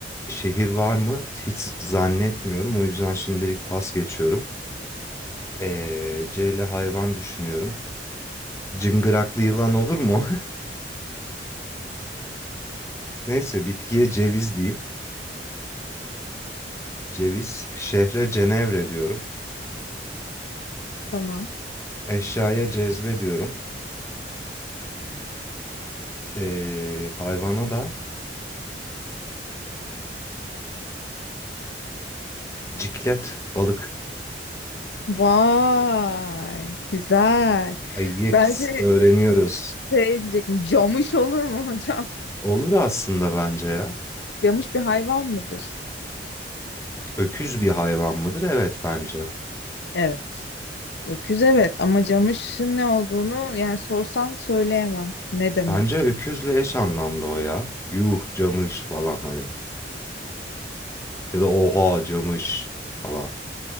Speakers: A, on the left; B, on the left.
A: şehir var mı? Hiç zannetmiyorum. O yüzden şimdilik pas geçiyorum. Ee, Ceyle hayvan düşünüyorum. Cıngıraklı yılan olur mu? <laughs> Neyse bitkiye ceviz diyeyim. Ceviz. Şehre Cenevre diyorum.
B: Tamam.
A: Eşyaya cezve diyorum. Ee, hayvana da ciklet balık.
B: Vay, güzel.
A: Ay yeks
B: Ben şey,
A: öğreniyoruz.
B: şey diyecektim. Camış olur mu hocam?
A: Olur aslında bence ya.
B: <laughs> Camış bir hayvan mıdır?
A: Öküz bir hayvan mıdır? Evet bence.
B: Evet. Öküz evet ama camışın ne olduğunu yani sorsan söyleyemem. Ne demek?
A: Bence öküzle eş anlamlı o ya. Yuh camış falan hani. Ya da oha camış falan.